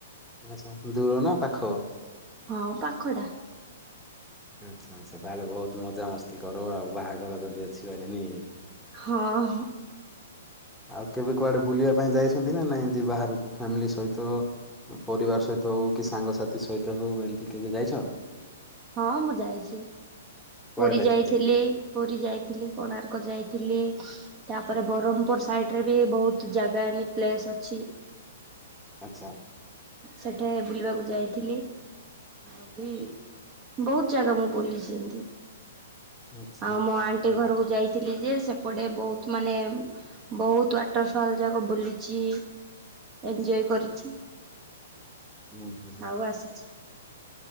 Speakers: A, in the centre; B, on the right (about 25°).
A: ଆଛା ଦୂର ନା ପାଖ?
B: ହଁ ପାଖଟା।
A: ଆଚ୍ଛା ଆଛା ତାହେଲେ ବହୁତ ମଜାମସ୍ତି କରିବ ଆଉ ବାହାଘର ଯଦି ଅଛି କହିଲେନି।
B: ହଁ।
A: ଆଉ କେବେ କୁଆଡେ ବୁଲିବା ପାଇଁ ଯାଇଛନ୍ତି ନା ନାଇଁ ଏମତି ବାହାରକୁ ଫ୍ୟାମିଲି ସହିତ ପରିବାର ସହିତ ହଉ କି ସାଙ୍ଗସାଥି ସହିତ ହଉ ଏମିତି କେବେ ଯାଇଛ?
B: ହଁ ମୁଁ ଯାଇଛି।
A: କୁଆଡେ
B: ପୁରୀ
A: ଯାଇଥିଲ?
B: ଯାଇଥିଲି ପୁରୀ ଯାଇଥିଲି କୋଣାର୍କ ଯାଇଥିଲି। ତାପରେ ବ୍ରରହପୁର ସାଇଡ ରେ ବି ବହୁତ ଜାଗା ଏମି ପ୍ଲେସ ଅଛି।
A: ଆଚ୍ଛା
B: ସେଠି ବୁଲିବାକୁ ଯାଇ ଥିଲି <unintelligible> ବହୁତ ଜାଗା ମୁଁ ବୁଲିଛି ଏମିତି।
A: ଆଚ୍ଛା
B: ଆଉ
A: ଆଚ୍ଛା
B: ମୋ ଆଣ୍ଟି ଘରକୁ ଯାଇଥିଲି ଯେ ସେ ପଡେ ବହୁ ମାନେ ବହୁତ ୱାଟର ଫଲ ଯାକ ବୁଲିଛି। ଏନଜୟ କରିଛି
A: ହୁଁ ହୁଁ ହୁଁ।
B: ଆଉ ଆସିଛି।